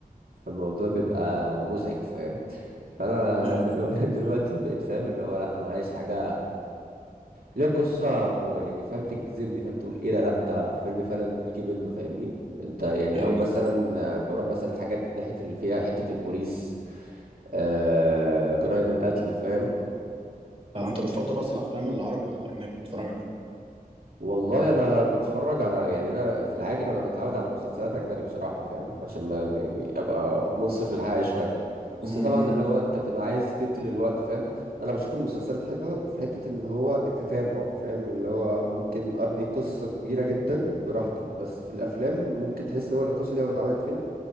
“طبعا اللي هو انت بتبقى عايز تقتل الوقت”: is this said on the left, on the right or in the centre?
Right